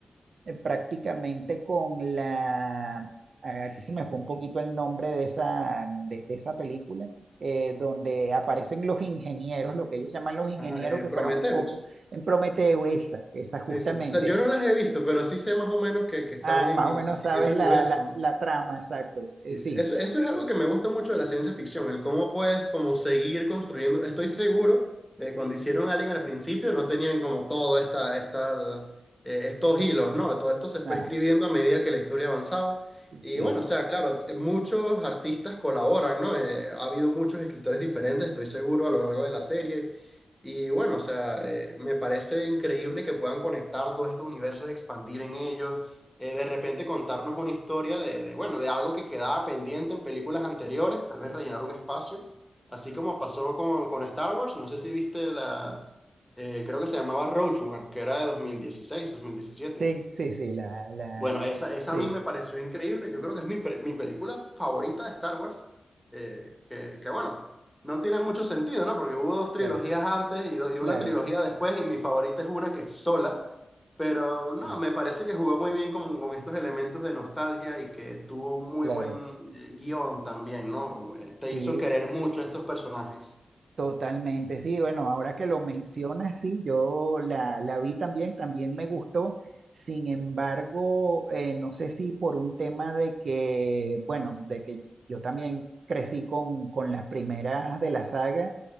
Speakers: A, on the right; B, in the centre.
A: eh, prácticamente con la, ah, aquí se me fue un poquito el nombre de esa, de, de esa película, eh, donde aparecen los ingenieros, lo que ellos llaman los ingenieros,
B: Ajá, eh,
A: que
B: Prometheus.
A: fueron un poco en Prometeo, esa, esa justamente.
B: Sí, sí. O sea, yo no las he visto, pero sí sé más o menos que, que están
A: Ah,
B: en,
A: más o
B: en
A: menos sabes
B: ese universo,
A: la, la,
B: ¿no?
A: la trama, exacto. Eh,
B: Sí,
A: sí,
B: sí. Eso, eso es algo que me gusta mucho de la ciencia ficción, el cómo puedes como seguir construyendo. Estoy seguro de que cuando hicieron Alien al principio no tenían como todo esta, esta, eh, estos hilos, ¿no? Todo esto se fue
A: ah,
B: escribiendo a medida que la historia avanzaba. Y
A: sí,
B: bueno, o sea, claro, eh, muchos artistas colaboran, ¿no? Eh, ha habido muchos escritores diferentes, estoy seguro, a lo largo de la serie. Y bueno, o sea, eh, me parece increíble que puedan conectar todos estos universos, expandir en ellos eh, de repente contarnos una historia de, de, bueno, de algo que quedaba pendiente en películas anteriores, tal vez rellenar un espacio, así como pasó con, con Star Wars, no sé si viste la, eh, creo que se llamaba Rogue One, que era de dos dos mil dieciséis dos mil diecisiete
A: sí, sí, sí, la, la,
B: bueno,
A: la,
B: esa, esa
A: sí,
B: a mí me pareció increíble. Yo creo que es mi, pre- mi película favorita de Star Wars. eh, que, que bueno, no tiene mucho sentido, ¿no? Porque hubo dos trilogías
A: claro,
B: antes y, do- y
A: claro,
B: una trilogía después, y mi favorita es una que es sola. Pero no,
A: claro,
B: me parece que jugó muy bien con, con estos elementos de nostalgia y que tuvo un muy
A: claro.
B: buen eh, guión también, ¿no? Eh, Te
A: Sí,
B: hizo querer mucho a estos personajes.
A: Totalmente, sí, bueno, ahora que lo mencionas, sí, yo la, la vi también, también me gustó, sin embargo, eh, no sé si por un tema de que, bueno, de que yo también crecí con, con las primeras de la saga,